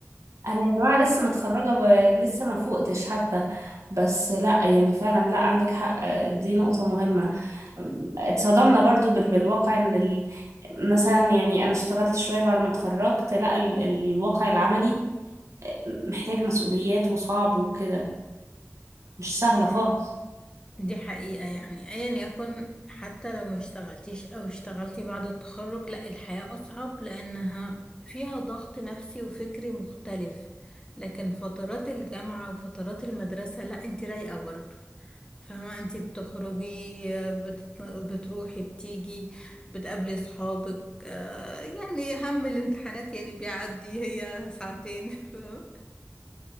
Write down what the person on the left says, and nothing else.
مم. <laughs> دي حقيقة يعني ايا يكن حتى لو ما اشتغلتيش او اشتغلتي بعد التخرج لا الحياة اصعب لانها فيها ضغط نفسي وفكري مختلف لكن فترات الجامعة وفترات المدرسة لا انت رايقة برضه فاهمة انتي بتخرجي بتت... بتروحي بتيجي بتقابلي صحابك آه يعني هم الامتحانات يعني بيعدي هي ساعتين فاهمة